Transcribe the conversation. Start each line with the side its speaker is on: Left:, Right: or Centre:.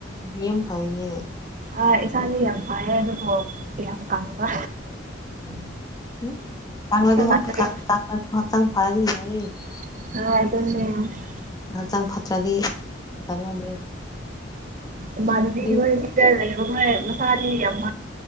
Left: ꯌꯥꯝ ꯐꯥꯏꯅꯦ
Right: ꯑꯥ ꯏꯁꯥꯥꯁꯦ ꯌꯥꯝ ꯐꯥꯏꯌꯦ ꯑꯗꯨꯕꯨ ꯌꯥꯝ ꯀꯪꯕ
Left: ꯑꯗꯨ ꯍꯛꯇ
Right: ꯈꯪꯗ꯭ꯔꯦ
Left: ꯐꯔꯗꯤꯔꯦ
Right: <unintelligible>
Left: ꯍꯛꯆꯥꯡ ꯐꯠꯇ꯭ꯔꯗꯤ ꯀꯥꯟꯅꯗ꯭ꯔꯦ
Right: ꯏꯃꯥꯟꯅꯕꯤ
Left: ꯑꯗꯨ
Right: ꯍ‌ꯣꯏ ꯂꯩꯕ ꯍꯣꯏ ꯃꯁꯥꯗꯤ ꯌꯥꯝ <unintelligible>